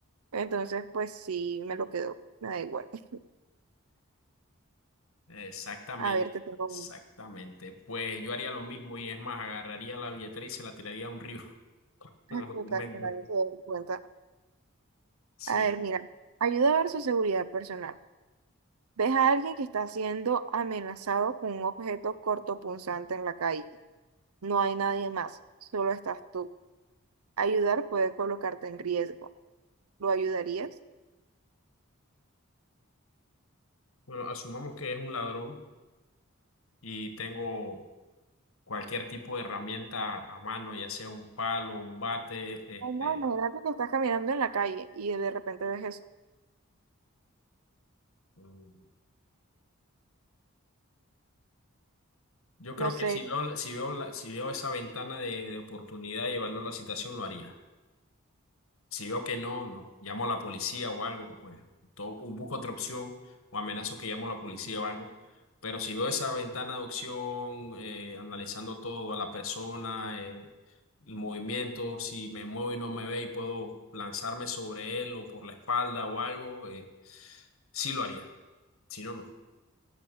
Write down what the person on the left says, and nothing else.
Exactamente,
exactamente.
Pues yo haría lo mismo y es más, agarraría la billetera y se la tiraría a un río <laughs> con
los documentos.
Sí.
Bueno, asumamos que es un ladrón y tengo cualquier tipo de herramienta a mano, ya sea un palo, un bate, este,
mm, yo creo
que
si veo, si veo, la- si veo esa ventana de, de oportunidad y evaluar la situación, lo haría. Si veo que no, no, llamo a la policía o algo, pues to- o busco otra opción o amenazo que llamo a la policía o algo. Pero si veo esa ventana de opción, eh, analizando todo, a la persona, eh, el movimiento, si me muevo y no me ve y puedo lanzarme sobre él o por la espalda o algo, eh, sí lo haría. Si no, no.